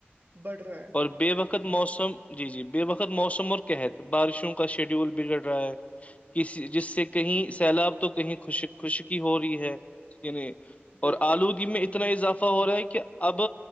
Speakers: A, on the right; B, on the left.
A: بڑھ رہا ہے
B: اور ب وقت موسم <unintelligible> جی جی بے وقت موسم اور کیات بارشوں کا شیڈیول بگڑ رہا ہے کسی جس سے کہیں
A: ہوں، ہوں، ہوں،
B: سیلاب تو کہیں خش خوشکی ہو رہی ہے یعنی
A: بالکل،
B: اور آلودگی میں
A: ہوں،
B: اتنا
A: ہوں، ہوں،
B: اضافہ ہو رہا ہے کہ اب